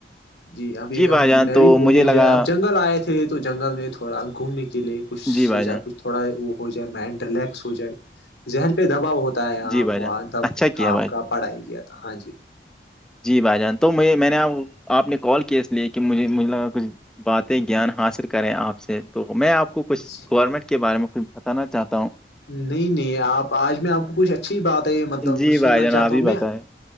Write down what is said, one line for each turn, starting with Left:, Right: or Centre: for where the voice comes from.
Left: جی ابھی ہم
Centre: بھائی جان
Left: میں
Centre: تو
Left: بھی گھومنے
Centre: مجھے لگا
Left: جائے اب جنگل آئے تھ تھے تو جنگل میں تھوڑا گھومنے کے لیے کچھ سوچا
Centre: جی بھائی جان
Left: کچھ تھوڑا وہ ہو جائے مائنڈ ریلیکس ہو جائے ذہن پہ دباؤ ہوتا یہاں
Centre: جی بھائی
Left: ب
Centre: جان
Left: دب
Centre: اچھا کیا
Left: کام
Centre: بھائی
Left: کا پڑھائی کیا تھا ہاں جی
Centre: جی بھائی جان تو مجھے میں نے آپ نے کال کیا اس لیے کہ مجھے مجھے لگا کچھ باتیں گیان حاصل کریں آپ سے تو میں آپ کو کچھ
Left: جی
Centre: گورنمنٹ کے بارے میں کچھ بتانا چاہتا ہوں
Left: نہیں نہیں آپ آج میں آپ کو کچھ اچھی بات ہے مطلب
Centre: جی
Left: سننا
Centre: بھائی جان
Left: چاہتا
Centre: آپ
Left: ہوں
Centre: ہی
Left: میں
Centre: بتائیں